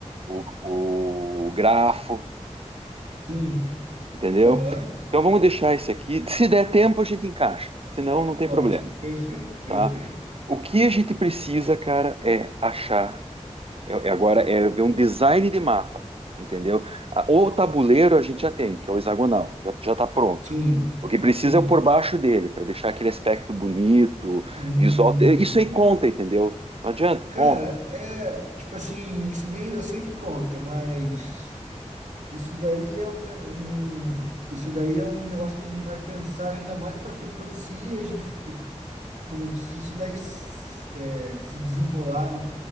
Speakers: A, on the right; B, on the right.
A: o, o grafo
B: Sim.
A: entendeu?
B: Aham.
A: Então vamos deixar esse aqui. <laughs> Se der tempo, a gente encaixa. Se não, não tem
B: Ótimo.
A: problema,
B: Perfeito, perfeito.
A: tá? O que a gente precisa, cara, é achar. É, é agora é ver um design de mapa, entendeu? A- O tabuleiro a gente já tem, que é o hexagonal, já, já tá pronto.
B: Sim,
A: O que precisa
B: sim.
A: é o por baixo dele, para deixar aquele aspecto bonito,
B: Hum,
A: visual. Isso aí conta, entendeu? Não adianta,
B: cara,
A: conta.
B: é tipo assim, isso daí eu sei que conta, mas isso daí é um, ne- um- isso daí é um negócio que a gente vai pensar ainda mais pra frente quando se a gente ficou- quando se isso daí s- é, se desenrolar